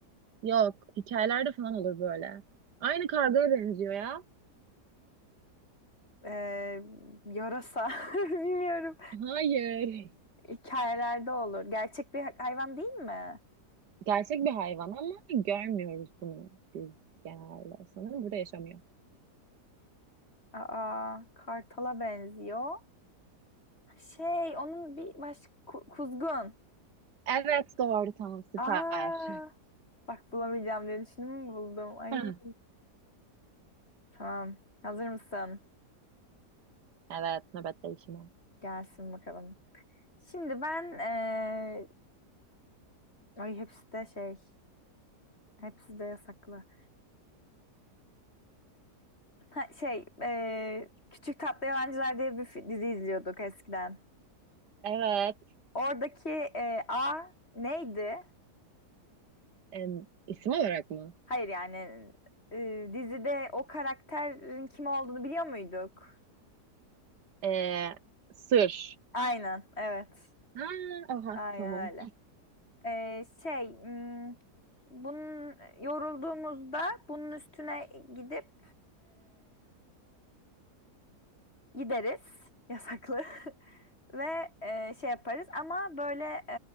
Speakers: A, on the right; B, on the left.
A: Yok, hikayelerde falan olur böyle. Aynı kargaya benziyor ya.
B: ee, yarasa. <laughs> Bilmiyorum.
A: Hayır.
B: Hikayelerde olur. Gerçek bir hayvan değil mi?
A: Gerçek bir hayvan ama görmüyoruz bunu biz genelde. Sanırım burada yaşamıyor.
B: Aa, kartala benziyor. Şey, onun bir başka ku- kuzgun.
A: Evet, doğru tamam süper.
B: Aa, bak bulamayacağım diye düşündüm buldum. Ay,
A: Hah,
B: tamam. Hazır mısın?
A: Evet, nöbet değişimi.
B: Gelsin bakalım. Şimdi ben eee, ay hepsi de şey hepsi de yasaklı. Ha, şey eee, Küçük Tatlı Yalancılar diye bir fi- dizi izliyorduk eskiden.
A: Evet,
B: Oradaki eee, A neydi?
A: em, isim olarak mı?
B: Hayır yani eee, dizide o karakterin kim olduğunu biliyor muyduk?
A: Ee, sır.
B: Aynen evet.
A: Ha, aha
B: Aynen
A: tamam.
B: öyle. Eee, şey hmm, bunun yorulduğumuzda bunun üstüne gidip gideriz yasaklı <laughs> ve e, şey yaparız ama böyle e,